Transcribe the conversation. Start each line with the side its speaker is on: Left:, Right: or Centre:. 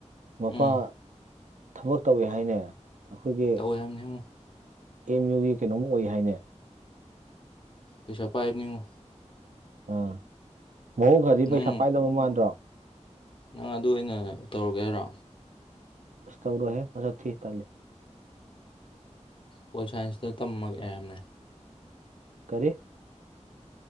Right: ꯃꯄꯥꯥ
Left: ꯎꯝ
Right: ꯊꯕꯛ ꯇꯧꯋꯦ ꯍꯥꯏꯅꯦ ꯑꯈꯣꯏꯒꯤ
Left: ꯑꯣꯏꯔꯝꯅꯤꯉꯣ
Right: ꯑꯦꯝ ꯌꯨꯒꯤ ꯀꯩꯅꯣꯝ ꯑꯣꯏ ꯍꯥꯏꯅꯦ
Left: ꯄꯩꯁꯥ ꯄꯥꯏꯕꯅꯤꯉꯣ
Right: ꯑꯥ ꯃꯑꯣꯡ ꯈꯔꯗꯤ
Left: ꯅꯪ
Right: ꯄꯩꯁꯥ ꯄꯥꯏꯗꯕ ꯃꯥꯟꯗ꯭ꯔꯣ
Left: ꯅꯪ ꯑꯗꯨ ꯑꯣꯏꯅ ꯇꯧꯔꯒꯦ ꯍꯥꯏꯔꯣ
Right: ꯁꯇꯧꯔ ꯍ ꯃꯁꯥ ꯊꯤ ꯇꯇꯥꯂꯦ
Left: ꯄꯣꯜ ꯁꯥꯏꯟꯁꯇ ꯇꯝꯃꯛꯒ ꯑꯌꯥꯝꯕꯅ
Right: ꯀꯔꯤꯦ